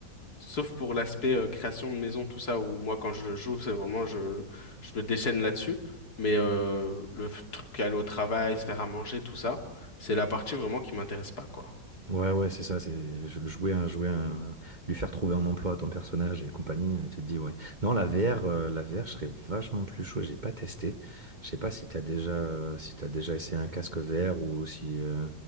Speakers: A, on the left; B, on the right.
A: Sauf pour l'aspect euh, création de maison, tout ça, où moi, quand je joue, c'est vraiment, je, je me déchaîne là-dessus. Mais euh, le f- truc, aller au travail, se faire à manger, tout ça, c'est la partie vraiment qui m'intéresse pas, quoi.
B: Ouais, ouais, c'est ça, c'est jou- jouer un, jouer un, lui faire trouver un emploi à ton personnage et compagnie, euh, tu te dis, ouais. Non, la VR, euh, la VR, je serais vachement plus chaud, j'ai pas testé. Je sais pas si t'as déjà, euh, si t'as déjà essayé un casque VR ou si, euh,